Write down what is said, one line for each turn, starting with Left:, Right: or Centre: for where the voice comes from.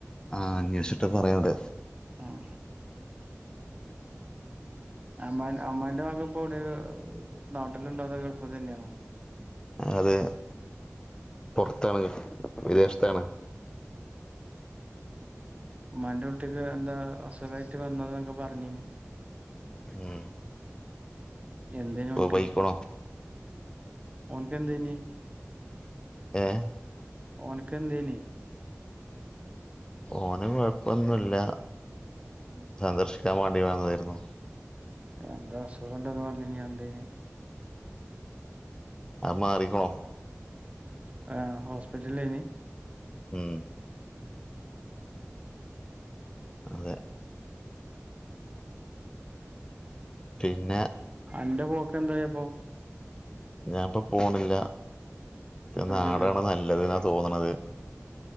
Left: ആഹ് അന്വേഷിച്ചിട്ട് പറയണ്ട്
Right: ആഹ് അമ്മാ അമ്മാന്റെ മകൻ പ്പോ വിടെ നാട്ടില് ണ്ടോ അതോ ഗൾഫ് തന്നെയാണോ
Left: അതെ പുറത്താണ് വിദേശത്താണ്
Right: ഉമ്മാന്റെ കുട്ടിക്ക് എന്താ അസുഖയിട്ട് വന്നതാ ന്നൊക്കെ പറഞ്ഞീനി
Left: മം
Right: എന്തേന് ഒൻക്
Left: പോയിക്കണോ
Right: ഓന്ക്ക് എന്തേനി
Left: ഏഹ്
Right: ഓൻക്ക് എന്തേനി
Left: ഓന് കൊഴപ്പൊന്നുല്ല
Right: മം
Left: സന്ദർശിക്കാൻ വേണ്ടി വന്നതായിരുന്നു
Right: എന്താ അസുഖംണ്ടന്ന് പറഞ്ഞിനി എന്തേയിനി
Left: അത് മാറിക്കുണു
Right: ആഹ് ഹോസ്പിറ്റലേനി
Left: മഹ് അതെ പിന്നെ
Right: അന്റെ പോക് എന്തായ പ്പൊ
Left: ഞാൻ പ്പൊ പോണില്ല
Right: അപ്പൊ
Left: നാടാണ്
Right: ഇജ്ജല്ലേ
Left: നല്ലത് ന്നാ തോന്ണത്